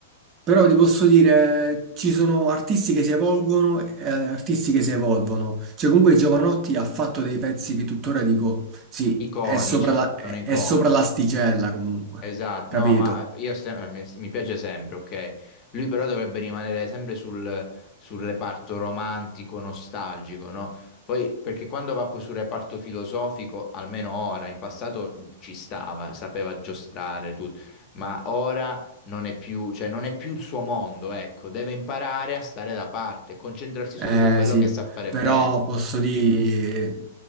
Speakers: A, on the right; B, on the left.
A: però ti posso dire, ci sono artisti che si evolvono e eh, artisti che si evolvono. Cioè, comunque Giovanotti ha fatto dei pezzi che tuttora dico, sì,
B: Iconici,
A: è sopra la-
B: sono
A: è-
B: iconici.
A: è sopra l'asticella comunque,
B: Esatto,
A: capito?
B: no, ma eh, io sem- mi mi piace sempre, ok? Lui però dovrebbe rimanere sempre sul, sul reparto romantico, nostalgico, no? Poi, perché quando va poi sul reparto filosofico, almeno ora, in passato ci stava, sapeva giostrare tutto, ma ora non è più, cioè non è più il suo mondo, ecco, deve imparare a stare da parte, concentrarsi
A: Eh
B: solo su quello
A: sì,
B: che sa fare
A: però
B: bene.
A: posso dire,